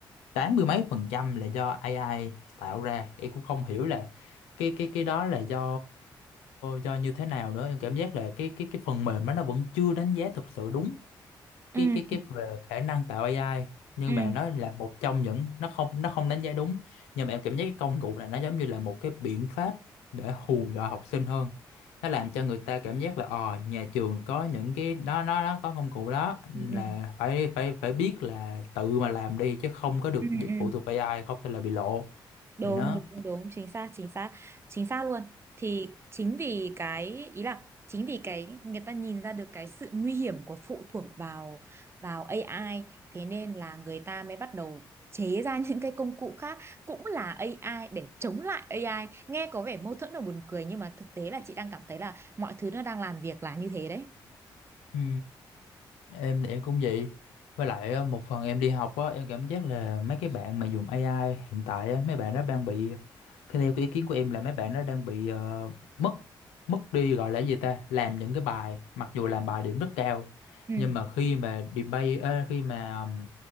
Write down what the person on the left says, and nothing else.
tám mươi mấy phần trăm là do AI tạo ra em cũng không hiểu là cái cái cái đó là do do như thế nào nữa em cảm giác là cái cái cái phần mềm đó nó vẫn chưa đánh giá thực sự đúng
cái cái cái về khả năng tạo AI nhưng
mà nó là một trong những nó không nó không đánh giá đúng nhưng mà em cảm giác cái công cụ này nó giống như là một cái biện pháp để hù dọa học sinh hơn nó làm cho người ta cảm giác là ờ nhà trường có những cái đó nó nó có công cụ đó
là
phải phải phải biết là tự mà làm đi chứ không có được
phụ thuộc AI không thì là bị lộ
vậy đó
ừ em thì em cũng vậy với lại á, một phần em đi học á em cảm giác là mấy cái bạn mà dùng AI hiện tại á mấy bạn đó đang bị cái theo cái ý kiến của em là mấy bạn đó đang bị ờ, mất mất đi gọi là cái gì ta làm những cái bài mặc dù làm bài điểm rất cao
nhưng mà khi mà debate ờ, khi mà ừm,